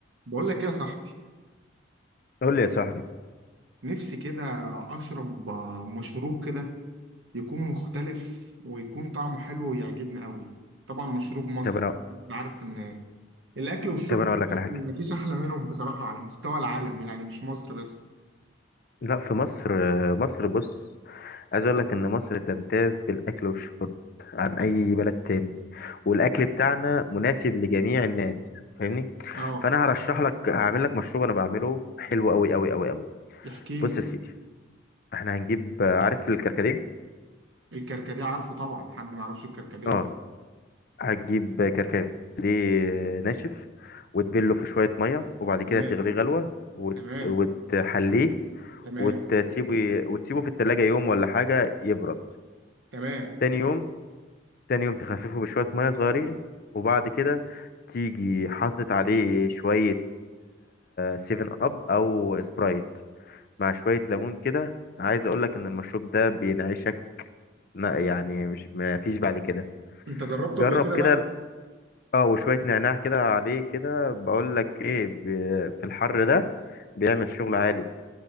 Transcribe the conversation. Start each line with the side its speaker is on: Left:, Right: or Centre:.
Right: بقول لك ايه يا صاحبي
Left: قول لي يا صاحبي
Right: نفسي كده اشرب آه، مشروب كده يكون مختلف ويكون طعمه حلو ويعجبني قوي طبعا مشروب مصري
Left: طب انا
Right: انت عارف ان الاكل والشرب
Left: طب انا اقول
Right: المصري
Left: لك على حاجه
Right: مفيش احلى منهم بصراحة على مستوى العالم يعني مش مصر بس
Left: <laughs> لا في مصر مصر بص عايز اقول لك ان مصر تمتاز بالاكل والشرب عن اي بلد تاني والاكل بتاعنا مناسب لجميع الناس فاهمني
Right: اه
Left: فانا هرشح لك هعمل لك مشروب انا بعمله حلو قوي قوي قوي قوي
Right: احكي لي
Left: بص يا سيدي احنا هنجيب عارف الكركديه
Right: الكركديه عارفه طبعا حد ما يعرفش الكركديه
Left: اه هتجيب كركديه ناشف وتبله في شويه ميه وبعد كده
Right: تمام
Left: تغليه غلوه وت...
Right: تمام
Left: وتحليه
Right: تمام
Left: وتسيبه وتسيبه في التلاجة يوم ولا حاجة يبرد
Right: تمام
Left: تاني يوم تاني يوم تخففه بشوية مية صغيرين وبعد كده تيجي حاطط عليه شوية سيفن أب أو سبرايت مع شوية ليمون كده عايز أقولك إن المشروب ده بينعشك لا يعني مش ما فيش بعد كده
Right: انت جربته
Left: جرب
Right: قبل كده
Left: كده
Right: بقى
Left: اه وشوية نعناع كده عليه كده بقولك ايه بي- في الحر ده بيعمل شغل عالي